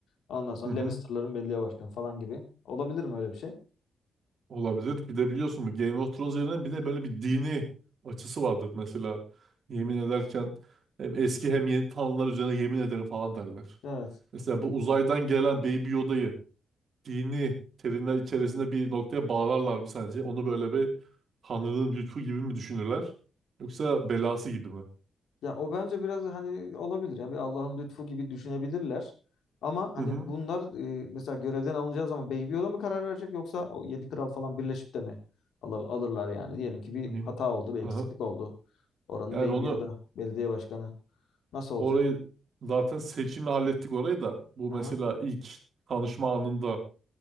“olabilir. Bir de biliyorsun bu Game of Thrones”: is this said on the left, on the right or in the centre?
Right